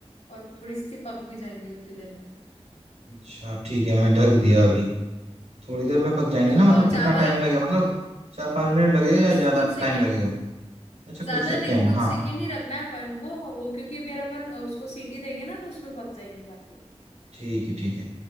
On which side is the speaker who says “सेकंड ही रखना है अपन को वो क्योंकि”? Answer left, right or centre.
Left